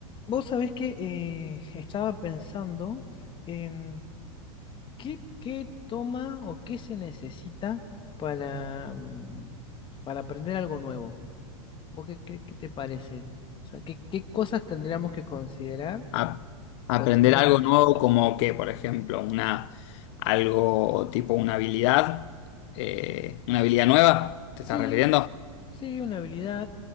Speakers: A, on the left (about 30°); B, on the left (about 55°).
A: Vos sabés que eh, estaba pensando en qué, qué toma o qué se necesita para, mm, para aprender algo nuevo. ¿Vos qué, qué- qué te parece? O sea, ¿qué, qué cosas tendríamos que considerar
B: A- aprender
A: o tener
B: algo
A: en...
B: nuevo como que, por ejemplo, una, algo tipo una habilidad, eh, una habilidad nueva, ¿te
A: Sí,
B: estás refiriendo?
A: sí, una habilidad,